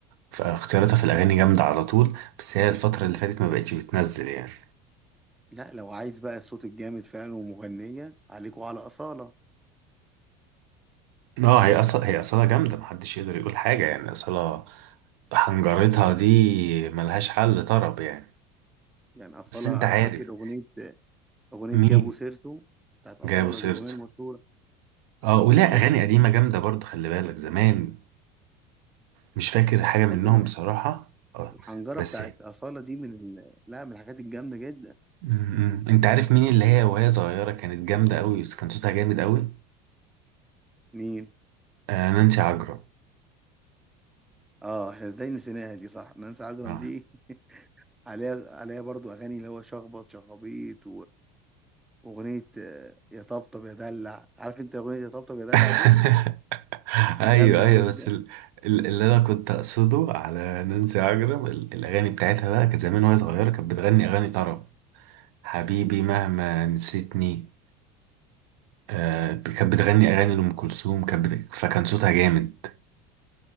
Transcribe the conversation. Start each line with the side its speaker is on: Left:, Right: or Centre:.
Right: فاختياراتها في الأغاني جامدة على طول بس هي الفترة اللي فاتت ما بقتش بتنزل يعني
Centre: لا لو عايز بقى الصوت الجامد فعلا ومغنية عليكوا على أصالة
Right: اه هي أصلا هي أصلا جامدة محدش يقدر يقول حاجة يعني أصلا حنجرتها دي ملهاش حل طرب يعني
Centre: يعني أصالة
Right: بس انت عارف
Centre: فاكر أغنية أغنية
Right: مين
Centre: جابوا سيرته بتاعت أصالة
Right: جابوا سيرته
Centre: دي الأغنية المشهورة
Right: اه
Centre: الأغنية
Right: ولا
Centre: دي
Right: اغاني قديمه جامده برضه خلي بالك زمان مش فاكر حاجه منهم
Centre: أيوه
Right: بصراحه اه
Centre: الحنجرة
Right: بس
Centre: بتاعت أصالة دي من ال... لا من الحاجات الجامدة جدا
Right: م- م. انت عارف مين اللي هي وهي صغيره كانت جامده قوي كان صوتها جامد قوي
Centre: مين؟
Right: آه نانسي عجرم
Centre: اه احنا ازاي نسيناها دي صح نانسي عجرم
Right: آه.
Centre: دي <laughs> عليها عليها برضو اغاني اللي هو شخبط شخابيط واغنيه آه، يا طبطب يا دلع عارف انت اغنيه يا طبطب يا دلع
Right: <laughs>
Centre: دي
Right: ايوه
Centre: جامده
Right: ايوه
Centre: جدا
Right: بس ال- ال- اللي انا كنت اقصده على نانسي عجرم ال- الاغاني بتاعتها بقى كانت زمان وهي صغيره كانت بتغني اغاني طرب حبيبي مهما نسيتني آه كانت بتغني اغاني لام كلثوم كانت بت- فكان صوتها جامد